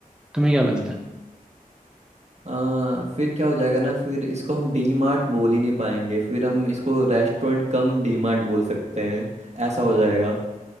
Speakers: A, in the centre; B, on the right (about 50°).
A: तुम्हें क्या
B: हम्म।
A: लगता है
B: आ, फिर क्या हो जाएगा ना फिर इसको हम डी मार्ट बोल ही नहीं पाएंगे फिर हम इसको रेस्टोरेंट कम डी मार्ट बोल सकते हैं
A: <laughs>
B: ऐसा हो जाएगा